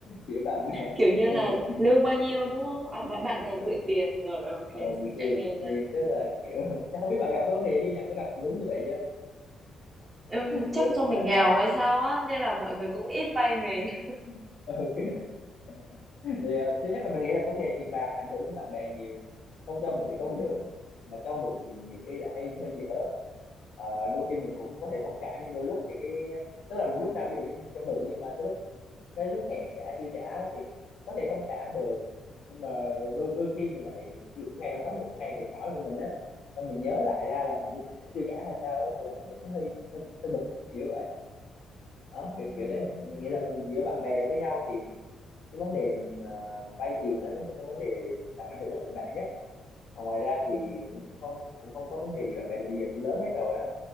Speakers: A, on the left; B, on the right.
A: kiểu bạn bè
B: Kiểu như
A: hay
B: là
A: mượn
B: lương bao nhiêu, đúng không? À, bạn bạn bè
A: ờ,
B: mượn tiền, rồi, ok
A: ờ, mượn
B: mình
A: tiền
B: đã nghe
A: mượn tiền
B: ra.
A: tức là kiểu <laughs> chắc không biết bạn gặp cái vấn đề chứ nhỉ có gặp đúng như vậy chứ
B: Ừm,
A: kiểu
B: chắc do mình
A: bạn,
B: nghèo
A: bạn
B: hay sao á, nên là mọi người cũng ít vay mình. <laughs>
A: <laughs> ok thì ờ, thứ nhất là mình nghĩ là vấn đề tiền bạc ảnh hưởng đến bạn bè nhiều không cho mượn thì không
B: Ừm,
A: được mà cho mượn thì nhiều khi là hay hơi dở Ờ, đôi khi mình cũng có thể thông cảm nhưng đôi lúc thì cái tức là lúc nào ví dụ như cho mượn nhưng mà tới lúc tới lúc hẹn trả chưa trả thì có thể thông cảm được nhưng mà rồi đôi đôi khi mình lại ví dụ ngày hôm đó một ngày mệt mỏi của mình á xong mình nhớ lại ra là hình như thằng này nó chưa trả hay sao á thế là mình lại thấy hơi hơi hơi bực kiểu vậy đó
B: ừm,
A: kiểu kiểu đấy thì mình nghĩ là mình giữa bạn bè với nhau thì cái vấn đề mà vay tiền đó đúng là cái vấn đề làm ảnh hưởng đến tình bạn nhất còn ngoài ra thì
B: ừm.
A: cũng cũng không cũng không có vấn đề gì bạn bè thì bây giờ cũng lớn hết rồi á